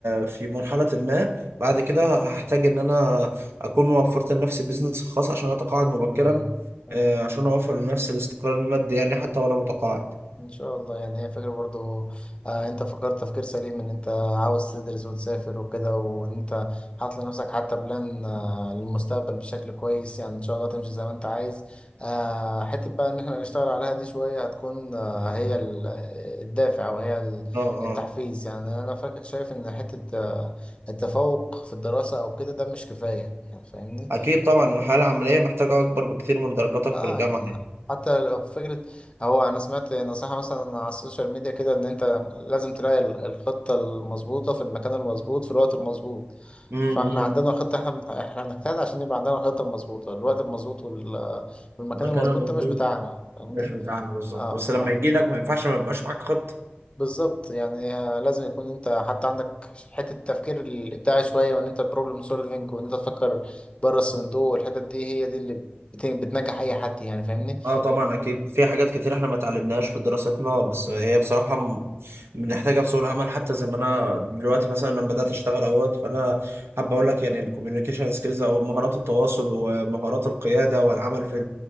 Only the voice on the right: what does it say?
في مرحلة ما بعد كده هحتاج إن أنا أكون وفرت لنفسي بيزنس خاص عشان أتقاعد مبكرا
آه، عشان أوفر لنفسي الاستقرار المادي يعني حتى وأنا متقاعد
اه آه،
آه.
أكيد طبعا الحياة العملية محتاجة أكبر بكتير من درجاتك
في الجامعة
يعني
امم
مكان
المفروض
مش بتاعنا بالظبط
بس
لما يجي لك ما ينفعش ما يبقاش معاك خطة
اه طبعا اكيد في حاجات كتير احنا ما اتعلمناهاش في دراستنا بس هي بصراحه م- بنحتاجها في سوق العمل حتى زي ما انا دلوقتي مثلا لما بدات اشتغل اهوت فانا حابب اقول لك يعني الكوميونيكيشن سكيلز او مهارات التواصل ومهارات القياده والعمل في